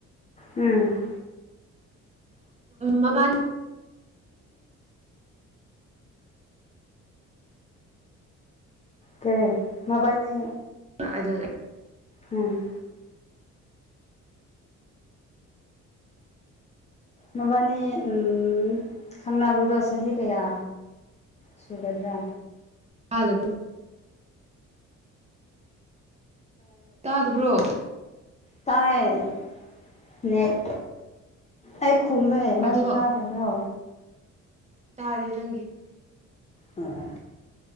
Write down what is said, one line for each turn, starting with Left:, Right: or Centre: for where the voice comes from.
Left: ꯎꯝ
Right: ꯃꯕꯥ
Left: ꯀꯔꯤ ꯃꯕꯥꯅꯤ
Right: ꯑꯗꯨ
Left: ꯎꯝ꯫ ꯃꯕꯥꯅꯤ ꯎꯝꯝ ꯈꯪꯅꯕꯗꯣ ꯆꯍꯤ ꯀꯌꯥ ꯁꯨꯒꯗ꯭ꯔꯥ
Right: ꯑꯗ ꯕꯨ ꯇꯥꯗꯕ꯭ꯔꯣ
Left: ꯇꯥꯏ ꯑ ꯅꯦꯠ ꯑꯩꯥꯏ ꯈꯣꯃꯦ ꯅꯪ
Right: ꯑꯗꯣ
Left: ꯇꯥꯗꯅꯣ
Right: ꯇꯥꯗ ꯂꯪꯦ
Left: ꯑꯥ